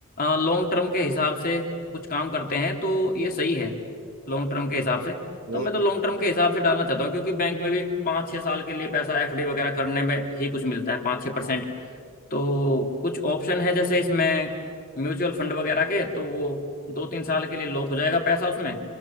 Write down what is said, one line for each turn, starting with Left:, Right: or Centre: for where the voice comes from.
Left: लॉन्ग टर्म के हिसाब से कुछ काम करते हैं तो ये सही है लॉन्ग टर्म के हिसाब से
Right: हम्म,
Left: तो मैं
Right: हम्म,
Left: तो लॉन्ग
Right: हम्म।
Left: टर्म के हिसाब से डालना चाहता हूँ क्योंकि बैंक में भी पाँच छः साल के लिए पैसा एफडी वगैरह करने में ही कुछ मिलता है पाँच छः परसेंट तो कुछ ऑप्शन है जैसे इसमें म्यूचुअल फंड वगैरह के तो वो दो तीन साल के लिए लॉक हो जाएगा पैसा उसमें